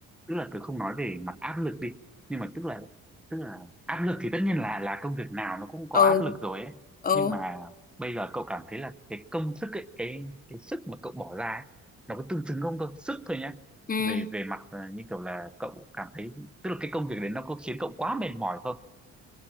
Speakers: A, in the centre; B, on the left (about 30°).
A: tức là tớ không nói về mặt áp lực đi nhưng mà tức là tức là áp lực thì tất nhiên là là công việc nào nó cũng có
B: ờ
A: áp lực rồi ấy
B: ờ
A: nhưng mà bây giờ cậu cảm thấy là cái công sức ấy, cái cái sức mà cậu bỏ ra ấy, nó có tương xứng không thôi sức thôi nhá
B: ừ
A: về về mặt ờ, như kiểu là cậu cảm thấy tức là cái công việc đấy nó có khiến cậu quá mệt mỏi không